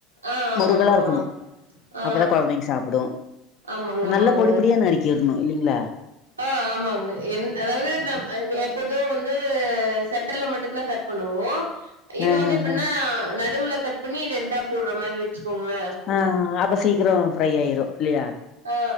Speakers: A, on the right; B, on the left.
A: ஆ ஆமா
B: முருகலா
A: ஆமா
B: இருக்கணும்
A: ஆ
B: அப்பதான் கொழந்தைங்க விரும்பி சாப்டும்
A: ஆமாங்க ஆமாங்க
B: நல்லா பொடிப்பொடியா நறுக்கிர்னும் இல்லைங்ளா
A: ஆ ஆமாங்க என் அதாவது நம் அ <unintelligible> பொதுவா வந்து சட்டுர்ல மட்டுந்தான கட் பண்ணுவோம் இது
B: ஆ
A: வந்து
B: ஆ
A: எப்னா
B: ஆ
A: நடுவுல கட்பண்ணி ரெண்டா போட்ற மாரி வச்சுக்கோங்ளேன்
B: ஆ அப்ப சீக்கிரம் ஃப்ரை ஆயிரும் இல்லயா
A: ஆ